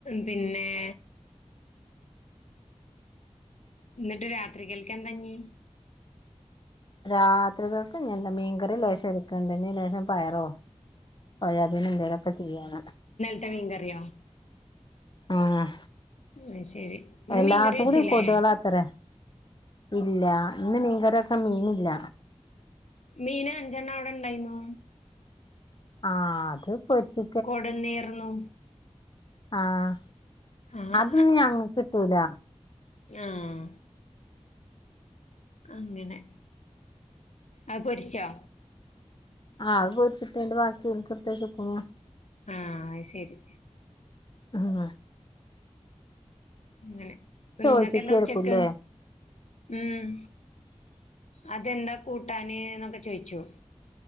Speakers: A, on the left; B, on the left.
A: പിന്നെ എന്നിട്ട് രാത്രികൽക്ക് എന്താ ഇനി
B: രാത്രികൾക്ക് ഇനി എന്താ മീൻകറി ലേശം ഇരിക്ക്ണ്ട്. ഇനി ലേശം പയറോ സോയാബീൻ എന്തെങ്കിലൊക്കെ ചെയ്യാണ്
A: ട്ട മീൻ കറിയോ
B: ആഹ്
A: ന്ന ശരി ഇന്ന്
B: എല്ലായിട്ത്തുകൂടിം
A: മീൻകറി വെച്ചില്ലേ
B: കൊതുകളാത്തരെ ഇല്ല ഇന്ന് മീൻകറൊക്കാൻ മീനുല്ല
A: മീന അഞ്ചെണ്ണം അവിടെ ണ്ടായ്നു
B: ആ അത് പൊര്ച്ച്
A: കൊട്ന്നീർന്നു
B: ആഹ
A: ആഹ്
B: അത് ഞങ്ങകിട്ടൂല
A: ആഹ അങ്ങനെ അത് പൊര്ച്ചാ
B: ആ അത് പോരിച്ചിട്ടേന്റെ ബാക്കി ന്ക്ക്ട്തച്ചുക്കുണു
A: ആഹ അഹ് ശരി
B: ആഹ
A: ങ്ങനെ
B: ചോയിച്ചിക്കായിരിക്കൂല്ലേ
A: ങ്ങക്കെന്താ ഉച്ചക്ക് ഉം അതെന്താ കൂട്ടാന് ന്നൊക്കെ ചോയ്ച്ചു